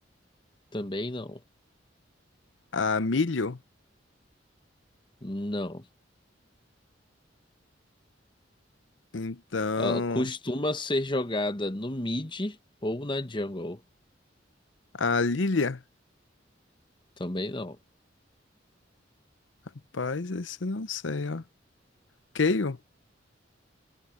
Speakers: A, on the left; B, on the left.
A: Também não.
B: A Milho?
A: Não.
B: Então.
A: Ela costuma ser jogada no mid ou na jungle.
B: A Lilia?
A: Também não.
B: Rapaz, esse eu não sei, ó. Kayle,